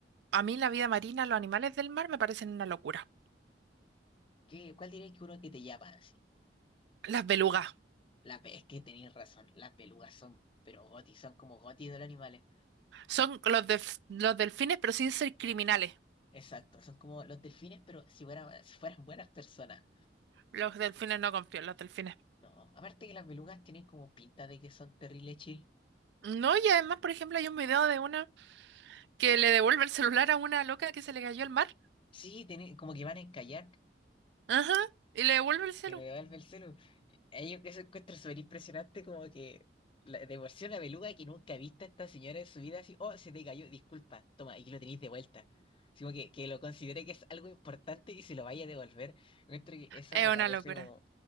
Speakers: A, on the right; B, on the left.
A: a mí la vida marina, los animales del mar me parecen una locura.
B: ¿Qué, cuál diríais que uno que te llama así?
A: Las belugas.
B: La, pe- es que tenéis razón, las belugas son, pero gotis, son como gotis de los animales.
A: Son los, delf- los delfines, pero sin ser criminales.
B: Exacto, son como los delfines, pero si fueran, <laughs> si fueran buenas personas.
A: Los delfines no confío, en los delfines.
B: No, aparte que las belugas tienen como pinta de que son terribles chill.
A: No, y además, por ejemplo, hay un video de una que le devuelve el celular a una loca que se le cayó al mar.
B: Sí, tienen, como que van a encallar,
A: Ajá. Y le devuelve el celular.
B: Y le devuelve el celu. Ahí yo que se encuentro súper impresionante, como que la, de por sí una beluga que nunca ha visto a esta señora en su vida, así, oh, se te cayó, disculpa, toma, aquí lo tenéis de vuelta. Así como que, que lo considere que es algo importante y se lo vaya a devolver. Encuentro que eso
A: Es
B: me
A: una
B: parece
A: locura.
B: como